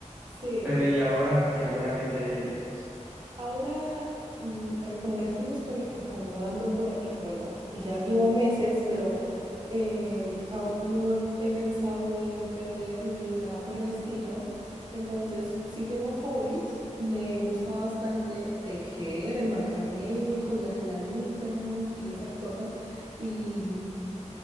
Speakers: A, on the right (about 35°); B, on the right (about 20°).
A: Sí,
B: Pero ¿y ahora, y ahora qué te dedicas?
A: ahora mm, re- como recién me estoy acomodando por aquí, bueno, ya llevo meses, pero em, aún no he, he pensado en emprender ni nada por el estilo. Entonces, sí tengo hobbies, me gusta bastante tejer, el macramé con las lanitas y esas cosas. Y mm,